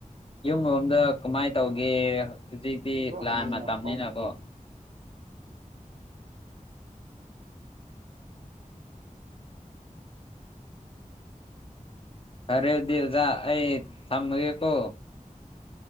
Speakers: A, on the left; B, on the right.
A: ꯌꯨꯝꯔꯣꯝꯗ ꯀꯃꯥꯏ ꯇꯧꯒꯦ ꯍꯥ ꯍꯧꯖꯤꯛꯇꯤ
B: ꯑꯗꯣ
A: ꯂꯥꯟ
B: ꯍꯌꯦꯡꯅ
A: ꯃꯇꯝꯅꯤꯅꯀꯣ?
B: ꯐꯣꯟ
A: ꯌꯥꯔꯦ ꯑꯗꯨꯗꯤ ꯑꯣꯖꯥ ꯑꯩ ꯊꯝꯃꯒꯦꯀꯣ